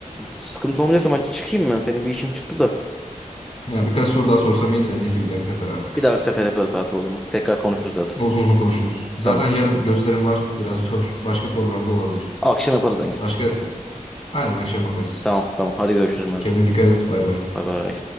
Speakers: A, in the centre; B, on the left (about 50°).
A: sıkıntı olmayacaksa ben çıkayım mı? Benim bir işim çıktı da.
B: Ya birkaç soru daha sorsam iyi de neyse bir dahaki sefer artık.
A: Bir dahaki sefer yaparız zaten o zaman. Tekrar konuşuruz zaten.
B: Uzun uzun konuşuruz. Zaten
A: Tamam.
B: yarın gösterim var. Biraz zor. Başka sorular da olabilir.
A: Akşam yaparız en kötü.
B: Başka aynen akşam bakarız.
A: Tamam tamam. Hadi görüşürüz madem.
B: Kendine dikkat et. Bay bay.
A: Bay bay.